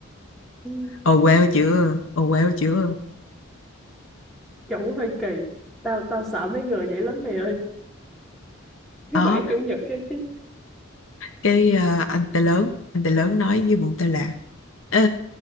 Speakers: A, in the centre; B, on the left (about 70°).
A: Ừ,
B: ồ wow chưa ồ wow chưa
A: chủ hơi kỳ. Tao tao sợ mấy người vậy lắm mày ơi. Thứ
B: đó
A: bảy chủ nhật kia chứ.
B: cái ờ, anh Tê lớn anh Tê lớn nói với bọn tao là Ờ,